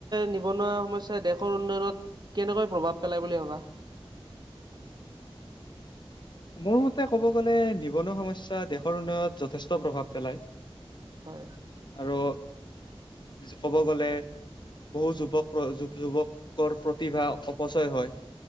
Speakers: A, on the right (about 45°); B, on the left (about 50°).
A: নিবনুৱা সমস্যাই দেশৰ উন্নয়নত কেনেকৈ প্ৰভাৱ পেলাই বুলি ভাবা?
B: মোৰ মতে ক'ব গ'লে নিবনুৱা সমস্যাই দেশৰ উন্নয়নত যথেষ্ট প্ৰভাৱ পেলায়।
A: হয়।
B: আৰু ক'ব গ'লে বহু যুৱক যুৱ যুৱকৰ প্ৰতিভা অপচয় হয়।